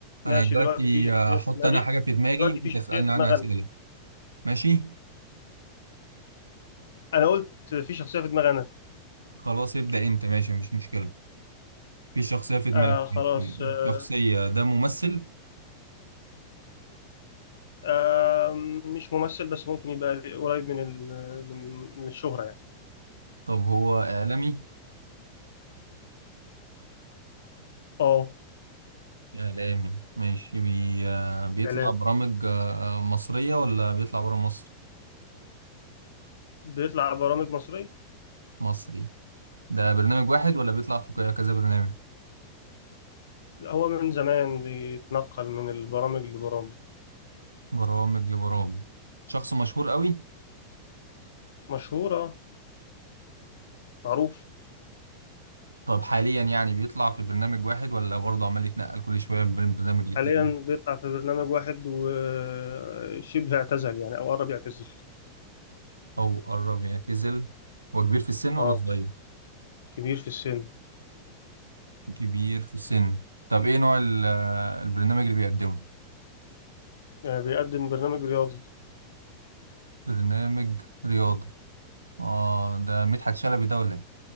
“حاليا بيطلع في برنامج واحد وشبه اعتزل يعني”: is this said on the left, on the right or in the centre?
Left